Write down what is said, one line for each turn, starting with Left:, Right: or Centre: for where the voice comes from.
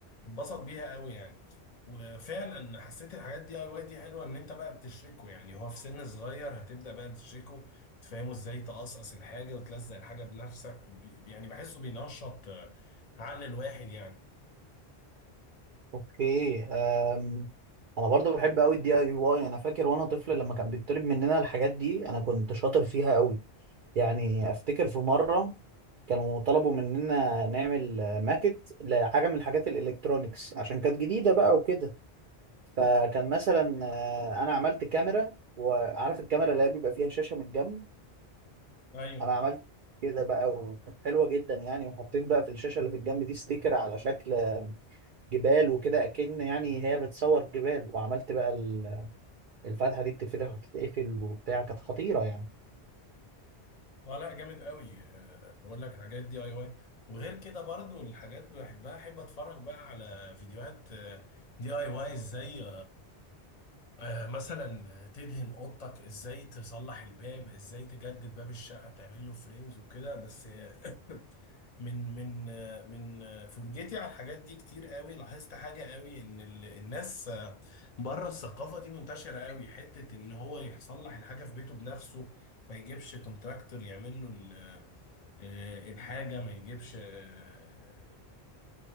Left: اتبسط بيها قوي يعني وفعلا حسيت الحاجات دي اي واي دي حلوه ان انت بقى بتشركه يعني هو في سن صغير هتبدا بقى تشركه تفهمه ازاي تقصقص الحاجه وتلزق الحاجه بنفسك وبي... يعني بحسه بينشط آه، عقل الواحد يعني
Right: اوكي أم. انا برضو بحب قوي الدي اي واي انا فاكر وانا طفل لما كان بيطلب مننا الحاجات دي انا كنت شاطر فيها قوي يعني افتكر في مره كانوا طلبوا مننا نعمل آه، ماكت لحاجه من الحاجات الالكترونيكس عشان كانت جديده بقى وكده فكان مثلا آه، انا عملت كاميرا وعارف الكاميرا اللي هي بيبقى فيها شاشه من الجنب
Left: ايوه
Right: انا عملت كده بقى وكانت حلوه جدا يعني وحطيت بقى في الشاشه اللي في الجنب دي ستيكر على شكل جبال وكده اكن يعني هي بتصور جبال وعملت بقى ال- الفتحه دي بتتفتح وتتقفل وبتاع كانت خطيره يعني
Left: اه لا جامد قوي آه، بقول لك الحاجات دي اي واي وغير كده برضو الحاجات بحبها احب اتفرج بقى على فيديوهات آه، دي اي واي ازاي آه، مثلا تدهن اوضتك ازاي تصلح الباب ازاي تجدد باب الشقه تعمل له فريمز وكده بس آه، من من آه، من آه، فرجتي على الحاجات دي كتير قوي لاحظت حاجه قوي ان ال- الناس آه، بره الثقافه دي منتشره قوي حته ان هو يصلح الحاجه في بيته بنفسه ما يجيبش كونتراكتور يعمل له آه، الحاجة ما يجيبش آه،